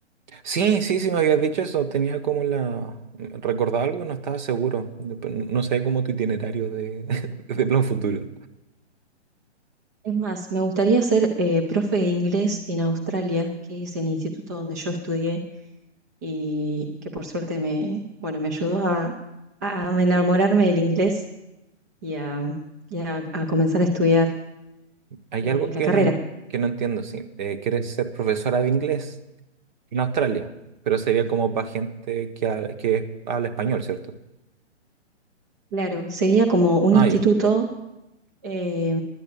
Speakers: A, on the right; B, on the right.
A: Sí, sí, sí, me habías dicho eso. Tenía como la... Recordaba algo y no estaba seguro. No sabía como tu itinerario de, <laughs> de plan futuro.
B: Es más, me gustaría ser eh, profe de inglés en Australia, que es el instituto donde yo estudié y que por suerte me, bueno, me ayudó a, a enamorarme del inglés y a, y a- a comenzar a estudiar
A: Hay
B: eh,
A: algo que
B: la carrera.
A: no, en- que no entiendo, sí. Eh, quieres ser profesora de inglés en Australia, pero sería como para gente que, ha- que habla español, ¿cierto?
B: Claro, sería como un
A: Ah,
B: instituto
A: ya.
B: eh,